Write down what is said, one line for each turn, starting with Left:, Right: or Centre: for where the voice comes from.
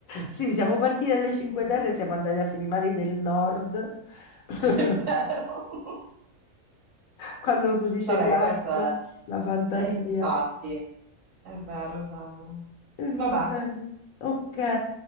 Left: Sì, siamo partiti dalle Cinque
Right: <laughs>
Left: Terre, siamo andati a Finimari del Nord. <laughs>
Right: È vero. <laughs>
Left: Quando uno dice
Right: Vabbè,
Left: viaggia,
Right: questo è...
Left: la fantasia.
Right: è infatti. È vero, è vero.
Left: E
Right: Vabbè,
Left: va bene. Ok,